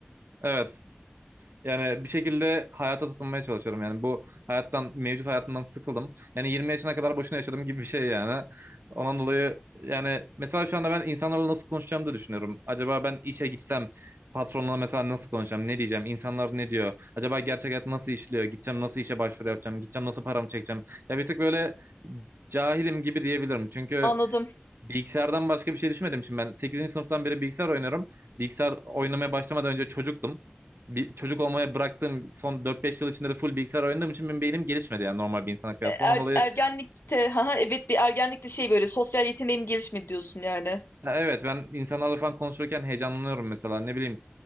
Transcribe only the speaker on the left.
Anladım.
E, Er,
ergenlikte, <laughs> haha, evet bir ergenlikte şey böyle sosyal yeteneğim gelişmedi diyorsun yani.